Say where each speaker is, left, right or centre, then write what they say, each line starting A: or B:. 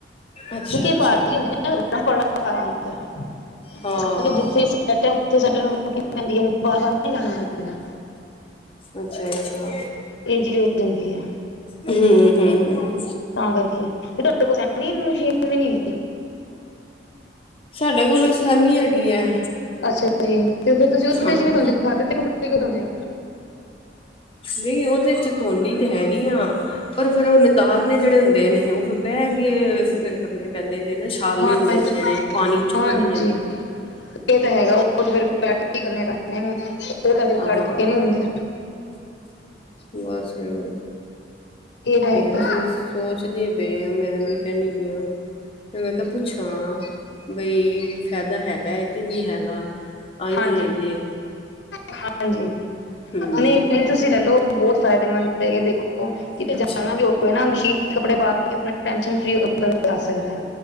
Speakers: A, on the left; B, on the left.
A: ਅੱਛਾ
B: ਕਿਉਂਕਿ ਇਹ
A: ਅੱਛਾ।
B: ਪਾਰੀ ਹੁੰਦੇ ਪ ਹੁੰਦਾ ਇਸ
A: ਹਾਂ
B: ਕਰਕੇ ਜਿੱਥੇ ਅਸੀਂ ਬੈਠੇ ਉਥੇ ਸਾਡੇ ਰਕ ਨ ਪੈਂਦੀ ਬਾਰ ਵਾਰ ਨਹੀਂ ਲਾਣਾ ਪੈ ਪੈਂਦਾ।
A: ਅੱਛਾ, ਅੱਛਾ।
B: ਇਹ ਚੀਜ਼ ਹੋ ਜਾਂਦੀ ਹੈ
A: ਹਮ, ਹਮ
B: ਤਾਂ ਕਰਕੇ ਤੁਹਾਡੇ ਕੋਲ ਸਹਿਮੀ ਮਸ਼ੀਨ ਵੀ ਨੀ
A: ਸਾਡੇ ਕੋਲੋਂ ਸਹਿਮੀ ਹੈਗੀ ਹੈ।
B: ਅੱਛਾ ਫ ਤੁਸੀਂ ਉਹ
A: ਹਾਂਜੀ।
B: ਚ ਤੌਦੇ ਕਪੜੇਦੇ
A: ਨਹੀਂ ਉਹਦੇ ਚ ਤੋਨੀ ਤੇ ਹੈਗੀ ਆ। ਪਰ ਫਿਰ ਉਹ ਨਿਤਾਰਨੇ ਜਿਹੜੇ ਹੁੰਦੇ ਨੇ ਉਹ ਫਿਰ ਬਹਿ ਕੇ ਫਿਰ ਕਰਨੇ ਪੈਂਦੇ ਨਾ ਛਾਲਣੇੇ
B: ਹੋ ਹਾਂ
A: ਹੁੰਦੇ ਨੇ ਜਿਹੜੇ ਪਾਣੀ ਚੋਂ
B: ਹਾਂਜੀ
A: ਕੱਢਣ
B: ਇਹ ਤਾਂ ਹੈਗਾ ਉਹ ਫਿਰ ਕਰਨੇ ਪੈਣੇ ਨੇ ਉਹ ਤਾਂ ਫਿਰ
A: ਹਾਂ
B: ਖੜ ਕੇ ਨੀ ਹੁੰਦੇ।
A: ਬਸ ਫਿਰ ਉਹ
B: ਇਹ ਤਾਂ ਹੈਗਾ
A: ਤੇ ਅਸੀਂ ਸੋਚਦੇ ਪਏ ਹਾਂ ਮੈਂ ਵੀ ਕਹਿੰਦੀ ਪਈ ਹਾਂ। ਫ ਮੈਂ ਕਿਹਾ ਪੁੱਛਾਂ ਬਈ ਫਾਇਦਾ ਹੈਗਾ ਹੈ ਕਿ ਨਹੀਂ ਹੈਗਾ। ਆਈ
B: ਹਾਂਜੀ
A: ੳ ਲਈਏ।
B: ਹਾਂਜੀ,
A: ਹੂੰ
B: ਨਹੀਂ ਨਹੀਂ। ਤੁਸੀਂ ਲੈਲੋ ਬਹੁਤ ਫ਼ਾਇਦੇਮੰਦ ਹੈਗੀ ਦੇਖੋ ਕਿਤੇ
A: ਅੱਛਾ
B: ਜਾਣਾ ਵੀ ਹੋਵੇ ਨਾ ਮਸ਼ੀਨ ਕੱਪੜੇ ਪਾ ਕੇ ਆਪਣੇ ਟੇਨਸ਼ਨ ਫ੍ਰੀ ਹੋ ਕੇ ਬੰਦਾ ਪਾ ਸਕਦਾ